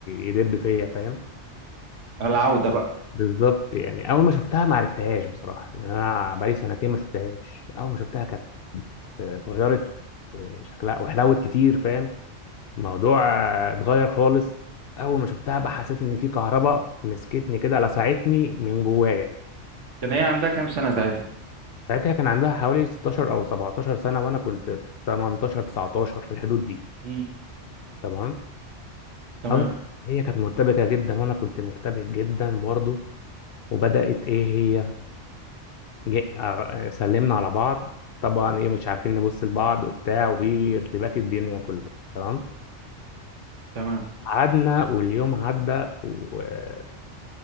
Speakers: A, on the left; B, on the right.
A: يدب فيا فاهم
B: العودة بقى
A: بالظبط يعني اول ما شفتها ما عرفتهاش بصراحه لان انا بقالي سنتين ما شفتهاش اول ما شفتها كانت اتغيرت شكلها وحلوت كتير فاهم الموضوع اتغير خالص اول ما شفتها بقى حسيت ان في كهرباء مسكتني كده لسعتني من جوايا
B: كان هي عندها كام سنة ساعتها
A: ساعتها كان عندها حوالي 16 او 17 سنه وانا كنت 18 19 في الحدود دي
B: مم،
A: تمام
B: تمام
A: أو هي كانت مرتبكة جدا وأنا كنت مرتبك جدا برضو وبدأت إيه هي جي... آه، سلمنا على بعض طبعا إيه مش عارفين نبص لبعض وبتاع وفي ارتباك الدنيا كله تمام
B: تمام
A: قعدنا واليوم عدى وعد